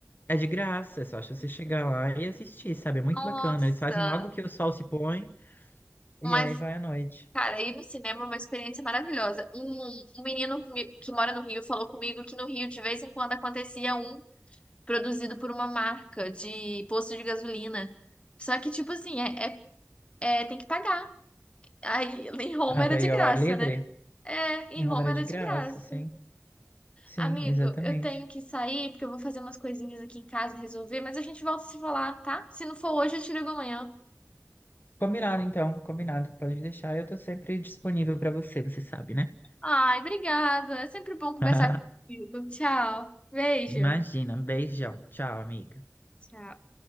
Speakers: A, on the left; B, on the left.
A: é de graça, é só você chegar lá e assistir, sabe? É muito
B: Nossa!
A: bacana. Eles fazem logo que o sol se põe e
B: Mas,
A: aí vai à noite.
B: cara, ir no cinema é uma experiência maravilhosa. Um, um menino me- que mora no Rio falou comigo que no Rio, de vez em quando, acontecia um produzido por uma marca de posto de gasolina. Só que, tipo assim, é, é, é- tem que pagar. Aí, em Roma
A: Ah,
B: era
A: para
B: de
A: ir
B: graça,
A: ao ar livre?
B: né? É, em
A: Em Roma
B: Roma
A: era
B: era
A: de
B: de
A: graça,
B: graça.
A: sim. Sim,
B: Amigo,
A: exatamente.
B: eu tenho que sair porque eu vou fazer umas coisinhas aqui em casa, resolver, mas a gente volta a se falar, tá? Se não for hoje, eu te ligo amanhã.
A: Combinado, então. Combinado. Pode deixar. Eu tô sempre disponível para você, você sabe, né?
B: Ai, obrigada. É sempre bom conversar
A: <laughs>
B: contigo. Tchau. Beijo.
A: Imagina. Um beijão. Tchau, amiga.
B: Tchau.